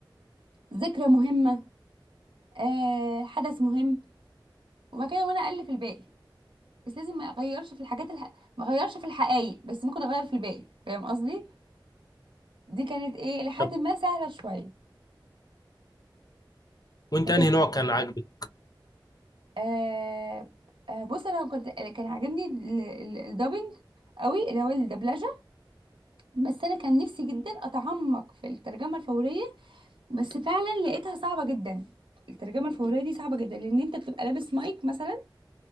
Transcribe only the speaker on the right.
ذكرى مهمه آه، حدث مهم وبعد كده وانا الف الباقي بس لازم ما اغيرش في الحاجات الح... ما اغيرش في الحقائق بس ممكن اغير في الباقي فاهم قصدي دي كانت ايه لحد
ما سهله شويه
لكن
آه... آه بص انا كنت كان عاجبني ال- ال- الدبنج قوي اللي هو الدبلجه بس انا كان نفسي جدا اتعمق في الترجمه الفوريه بس فعلا لقيتها صعبه جدا الترجمه الفوريه دي صعبه جدا لان انت بتبقى لابس مايك مثلا